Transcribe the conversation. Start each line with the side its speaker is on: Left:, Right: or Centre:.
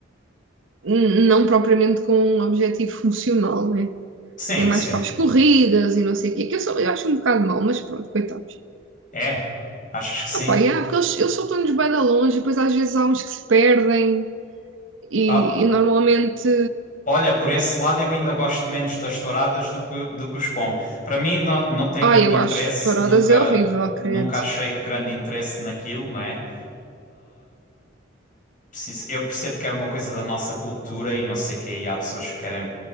Right: n- não propriamente com um objetivo funcional, né?
Left: sim,
Right: É mais
Left: sim.
Right: para as corridas e não sei o quê, que eu, sou, eu acho um bocado mau, mas pronto, coitados.
Left: É, achas que sim?
Right: Ah, pá, yeah, porque eles, eles soltam-nos bem da longe, e depois às vezes há uns que se perdem e,
Left: Ah.
Right: e normalmente.
Left: Olha, por esse lado eu ainda gosto menos das touradas do que, do que os pombos. Para mim não, não tem
Right: Ai,
Left: grande
Right: eu
Left: interesse,
Right: acho touradas
Left: nunca,
Right: é horrível, credo.
Left: nunca achei grande interesse naquilo, não é? Preciso- Eu percebo que é uma coisa da nossa cultura e não sei o quê, e há pessoas que querem